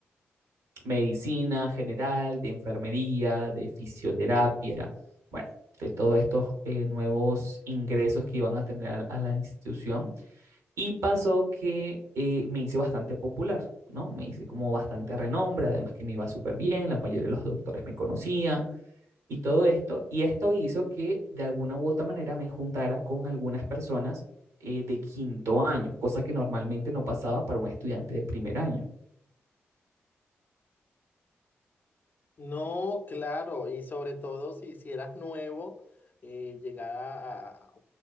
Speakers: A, on the right; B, on the left.
A: medicina general, de enfermería, de fisioterapia, bueno, de todos estos eh, nuevos ingresos que iban a tener a la institución. Y pasó que eh, me hice bastante popular, ¿no? Me hice como bastante renombre, además que me iba súper bien, la mayoría de los doctores me conocían y todo esto. Y esto hizo que de alguna u otra manera me juntara con algunas personas eh, de quinto año, cosa que normalmente no pasaba para un estudiante de primer año.
B: No, claro, y sobre todo si, si eras nuevo, eh, llegar a, a